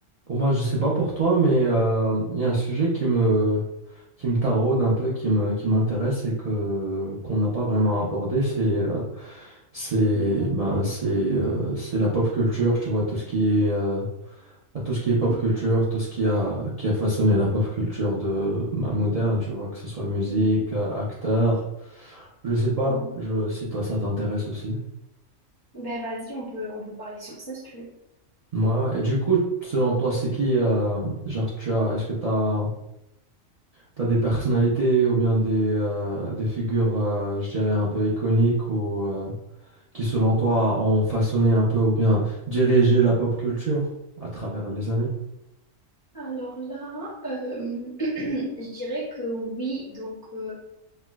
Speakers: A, on the right; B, on the left.
A: Pour moi, je sais pas pour toi, mais euh, il y a un sujet qui me, qui me taraude un peu, qui me, qui m'intéresse et que, qu'on n'a pas vraiment abordé, c'est, euh, c'est,
B: D'accord.
A: ben, c'est, euh, c'est la pop culture, tu vois, tout ce qui est, euh, tout ce qui
B: Mhm.
A: est pop culture, tout ce qui a, qui a façonné la pop culture de, ben, moderne, tu vois, que ce soit musique,
B: Mhm.
A: euh, acteur, je sais pas,
B: Ouais.
A: je, si toi ça t'intéresse aussi.
B: Ben vas-y, on peut, on peut parler sur ça si tu veux.
A: Ouais, ouais. Et du coup, selon toi, c'est qui, euh, genre, tu as, est-ce que t'as T'as des personnalités ou bien des, euh, des figures, euh, je dirais, un peu iconiques ou euh, qui, selon toi, ont façonné un peu ou bien dirigé la pop culture à travers les années?
B: Alors là, euh, <clears throat> je dirais que oui, donc euh,